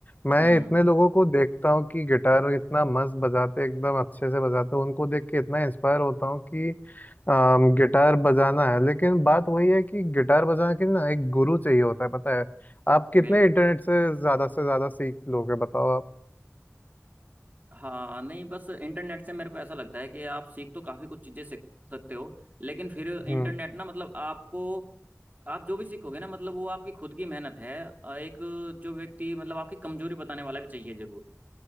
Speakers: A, on the left (about 35°); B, on the right (about 35°).
A: मैं
B: हम्म
A: इतने लोगों को देखता हूँ कि गिटार इतना मस्त बजाते एकदम अच्छे से बजाते हैं, उनको देख के इतना इंस्पायर होता हूँ कि अम, गिटार बजाना है लेकिन बात वही है कि गिटार बजाने के लिए ना एक गुरु चाहिए होता है पता है आप कितने
B: बिल्कुल
A: इंटरनेट
B: बिल्कुल
A: से ज्यादा से ज्यादा सीख लोगे बताओ आप
B: हाँ नहीं बस इंटरनेट से मेरे को ऐसा लगता है कि आप सीख तो काफी कुछ चीजें सीख सकते हो लेकिन फिर इंटरनेट
A: हम्म
B: ना मतलब आपको आप जो भी सीखोगे ना मतलब वो आपकी खुद की मेहनत है अ, एक जो व्यक्ति मतलब आपकी कमजोरी बताने वाला भी चाहिए जरूर